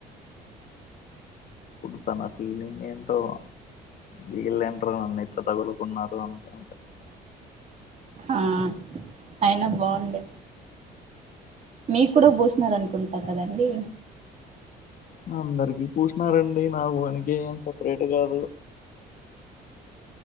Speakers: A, on the left (about 55°); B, on the right (about 40°).
A: అప్పుడు తన ఫీలింగ్ ఏంట్ టో విలెంట్రా నన్నిట్ తగులుకున్నారు అంతే
B: ఆ అయినా బాగుండే మీక్కూడా బోస్ న్నరనుకుంటారు కదండి
A: అందరికి పూసినారండి నా ఒకనికి ఏం సపరేట్ కాదు